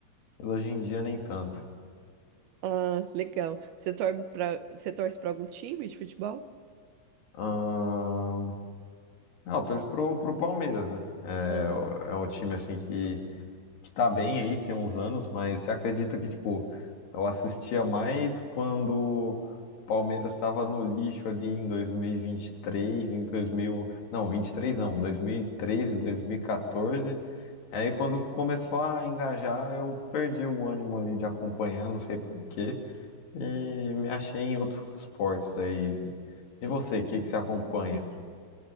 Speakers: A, on the left; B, on the right.
A: mas hoje em dia nem tanto.
B: Ah, legal. Você torce para você torce para algum time de futebol?
A: Ahn, ah, eu torço pro, pro Palmeiras, né?
B: Ah,
A: É um time assim que, que tá bem aí, tem uns anos, mas você acredita que, tipo, eu assistia mais quando o Palmeiras estava no lixo ali em 2023, em 2000, não, 23 não, 2013, 2014. Aí quando começou a engajar, eu perdi o ânimo ali de acompanhar, não sei por quê. E me achei em outros esportes aí. E você, o que que você acompanha?
B: entendi.